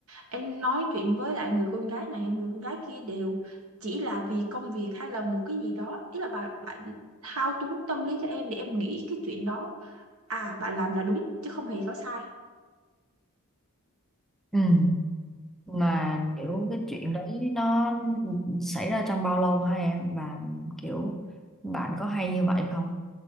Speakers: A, on the right; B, in the centre.
A: anh nói chuyện với lại người con gái này người con gái kia đều chỉ là vì công việc hay là một cái gì đó ý là bạn bạn thao túng tâm lý cho em để em nghĩ cái chuyện đó à bạn làm là đúng chứ không hề có sai
B: ừ mà kiểu cái chuyện đấy nó xảy ra trong bao lâu hả em và kiểu bạn có hay như vậy không